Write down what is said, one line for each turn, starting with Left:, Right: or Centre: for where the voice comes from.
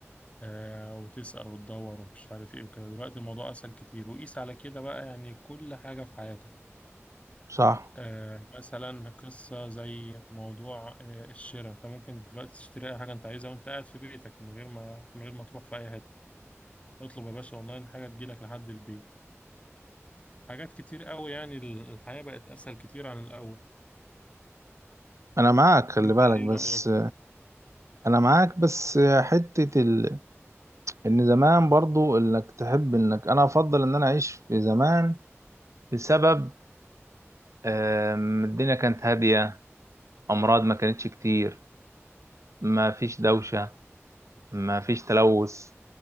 Left: آه وتسأل وتدور ومش عارف إيه وكده دلوقتي الموضوع أسهل كتير وقيس على كده بقى يعني كل حاجة في حياتك
Right: صح
Left: آه مثلا قصة زي موضوع آه الشراء أنت ممكن دلوقتي تشتري أي حاجة أنت عايزها وأنت قاعد في بيتك من غير ما من غير ما تروح في أي حتة اطلب يا باشا أونلاين حاجة تجيلك لحد البيت حاجات كتير قوي يعني الحياة بقت أسهل كتير عن الأول
Right: انا معاك خلي
Left: أنت
Right: بالك
Left: إيه
Right: بس
Left: رأيك؟
Right: انا معاك بس حتة ال... ان زمان برضو انك تحب انك انا افضل ان انا اعيش في زمان بسبب أم، الدنيا كانت هادية أمراض ما كانتش كتير ما فيش دوشة ما فيش تلوث